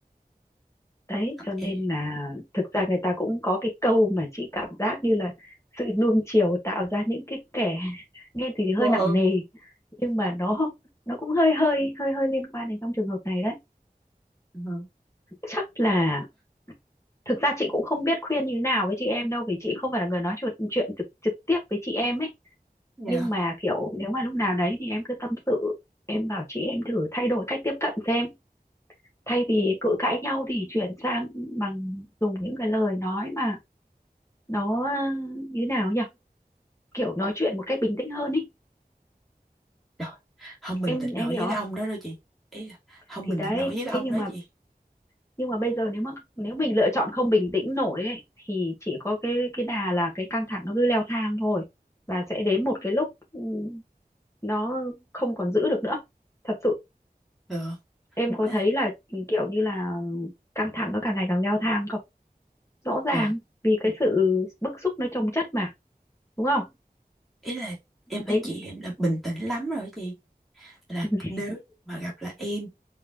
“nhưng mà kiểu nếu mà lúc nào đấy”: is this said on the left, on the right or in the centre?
Left